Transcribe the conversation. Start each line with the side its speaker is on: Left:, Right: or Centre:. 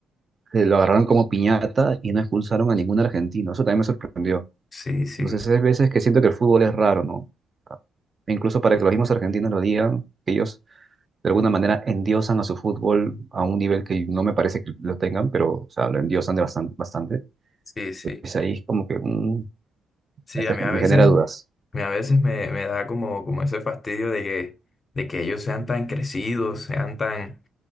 Right: Se lo agarraron como piñata y no expulsaron a ningún argentino. Eso también me sorprendió.
Left: Sí, sí.
Right: Entonces, hay veces que siento que el fútbol es raro, ¿no? E incluso para que los mismos argentinos lo digan, que ellos de alguna manera endiosan a su fútbol a un nivel que no me parece que lo tengan, pero o sea, lo endiosan de bastan- bastante.
Left: Sí, sí.
Right: Es ahí como que mm,
Left: Sí,
Right: Este
Left: a mí a
Right: me
Left: veces,
Right: genera dudas.
Left: a mí a veces me, me da como, como ese fastidio de que, de que ellos sean tan crecidos, sean tan